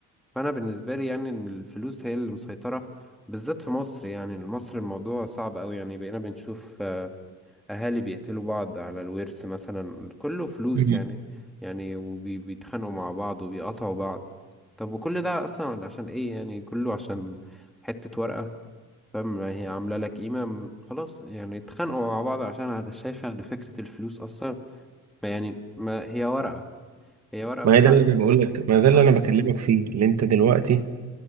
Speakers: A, in the centre; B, on the right (about 55°).
A: فانا بالنسبه لي يعني ان الفلوس هي اللي مسيطره بالذات في مصر يعني مصر الموضوع صعب قوي يعني بقينا بنشوف آه، اهالي بيقتلوا بعض على الورث مثلا كله فلوس
B: مم.
A: يعني يعني وبيتخانقوا مع بعض وبيقطعوا بعض طب وكل ده اصلا عشان ايه يعني كله عشان حته ورقه فاهم هي عامله لك قيمه م- خلاص يعني اتخانقوا مع بعض عشان انا شايفه ان فكره الفلوس اصلا ما يعني ما هي ورقه هي ورقه
B: ما
A: بتاع
B: هي ده اللي انا بقول لك
A: بالظبط
B: ما ده اللي انا بكلمك فيه اللي انت دلوقتي